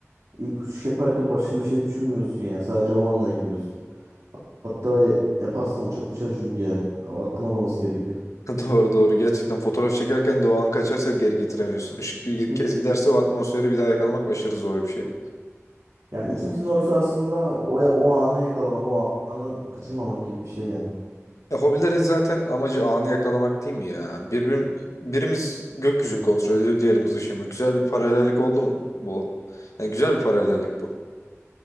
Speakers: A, on the right; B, on the left.
A: ilk uçuş yaparken başka bir şey düşünmüyorsun yani. Sadece o anla gidiyorsun. Hatta ya- yaparsan uçak düşer çünkü yani. O hakkın olması gerekiyor.
B: <laughs> Doğru doğru. Gerçekten fotoğraf çekerken de o an kaçarsa geri getiremiyorsun. Işık bir
A: Hı.
B: kez giderse o atmosferi bir daha yakalamak aşırı zor bir şey.
A: Yani ikimizin de hobisi aslında o, ya- o anı yakalamak, o anı kaçırmamak gibi bir şey yani.
B: Ya hobilerin zaten amacı anı yakalamak değil mi ya? Birbirim, birimiz gökyüzünü kontrol ediyor, diğerimiz ışığı. mı? Güzel bir paralellik oldu mu bu? Yani güzel bir paralellik bu.